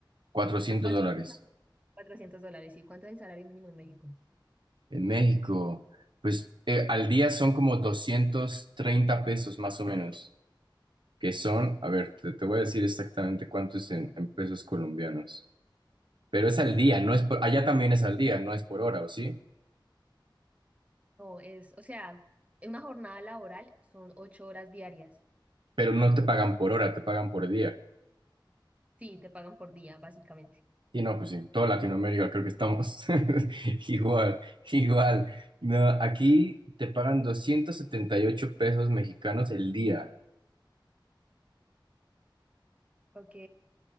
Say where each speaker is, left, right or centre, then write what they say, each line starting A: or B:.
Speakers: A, on the right (about 70°); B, on the right (about 15°).
A: 400
B: ¿Cuánto
A: dólares.
B: es el sal- 400 dólares? ¿Y cuánto es el salario mínimo en México?
A: En México, pues eh, al día son como 230 pesos más o menos. que son, a ver, te, te voy a decir exactamente cuánto es en, en pesos colombianos. Pero es al día, no es por, allá también es al día, no es por hora, ¿o sí?
B: No, es, o sea, en una jornada laboral son ocho horas diarias.
A: Pero no te pagan por hora, te pagan por día.
B: Sí, te pagan por día, básicamente.
A: Y no, pues sí, en toda Latinoamérica creo que estamos <laughs> igual, igual. No, aquí te pagan 278 pesos mexicanos el día,
B: Ok.